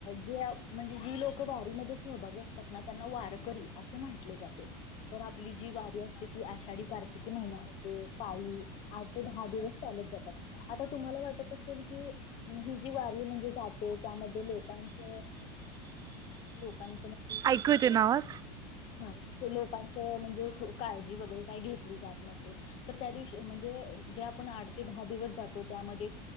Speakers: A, on the left; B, on the right.
A: जे म्हणजे जी लोक वारीमध्ये सहभागी असतात ना त्यांना वारकरी असे म्हटले जाते तर आपली जी वारी असते ती आषाढी कार्तिकी महिन्यामध्ये पायी आठ ते दहा दिवस चालत जातात आता तुम्हाला वाटत असेल की ही जी वारी म्हणजे त्यामध्ये लोकांच लोकां
B: ऐकू येतोय ना आवाज
A: हा लोकांच म्हणजे काळजी वगैरे काही घेतली जात नसेल तर त्या दिवशी म्हणजे जे आपण आठ ते दहा दिवस जातो त्यामध्ये